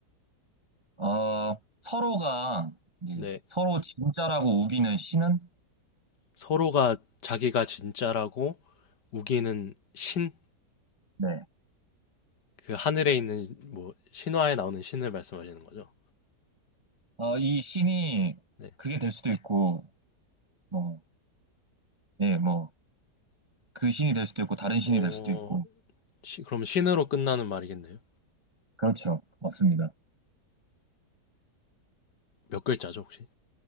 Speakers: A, on the right; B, on the left.
A: 어, 서로가 이제
B: 네.
A: 서로 진짜라고 우기는 신은?
B: 서로가 자기가 진짜라고 우기는 신?
A: 네.
B: 그 하늘에 있는, 뭐, 신화에 나오는 신을 말씀하시는 거죠?
A: 어, 이 신이
B: 네.
A: 그게 될 수도 있고, 뭐, 예, 뭐, 그 신이 될 수도 있고, 다른 신이
B: 어,
A: 될 수도 있고.
B: 시- 그럼 신으로 끝나는 말이겠네요.
A: 그렇죠. 맞습니다.
B: 몇 글자죠, 혹시?